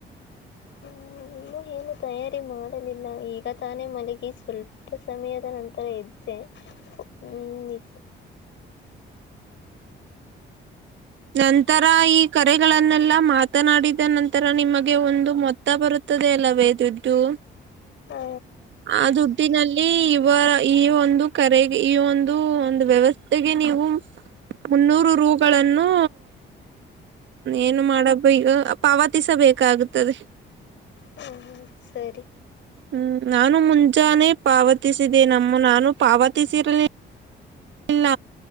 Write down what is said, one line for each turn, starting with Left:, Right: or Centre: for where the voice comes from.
Left: ಹೂ ಇನ್ನೂ ಏನುೂ ತಯಾರಿ ಮಾಡಲಿಲ್ಲ ಈಗ ತಾನೇ ಮಲಗಿ ಸ್ವಲ್ಪ ಸಮಯದ ನಂತರ ಇದ್ದೆ ಹ್ಮ್ ನಿ
Right: ನಂತರ ಈ ಕರೆಗಳನ್ನೆಲ್ಲಾ ಮಾತನಾಡಿದ ನಂತರ ನಿಮಗೆ ಒಂದು ಮೊತ್ತ ಬರುತ್ತೆ ಹತದೆ ಅಲ್ಲವೇ ದುಡ್ಡು
Left: ಹ
Right: ಆ ದುಡ್ಡಿನಲ್ಲಿ ಇವ ಈ ಒಂದು ಕರೆಗೆ ಈ ಒಂದು ಒಂದು ವ್ಯವಸ್ಥೆಗೆ ನೀವು ಮುನ್ನೂರು ರುಗಳನ್ನು
Left: ಹ್ಮ್
Right: ಏನು ಮಾಡಬ ಈಗ ಪಾವತಿಸಬೇಕಾಗುತ್ತದೆ
Left: ಹ್ಮ್ ಹ್ಮ್ ಸರಿ
Right: ಹ್ಮ್ ನಾನು ಮುಂಜಾನೆ ಪಾವತಿಸಿದೆ ನಮ್ಮ ನಾನು ಪಾವತಿಸಿರಲ ಇಲ್ಲ